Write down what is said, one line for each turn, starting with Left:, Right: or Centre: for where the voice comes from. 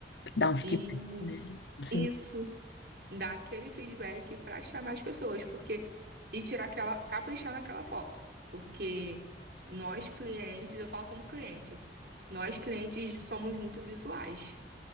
Left: Dar um feedback,
Right: E
Left: né? Sim.
Right: isso dá aquele feedback pra chamar as pessoas, porque e tirar aquela, caprichar naquela foto, porque nós clientes, eu falo como cliente, nós clientes somos muito visuais.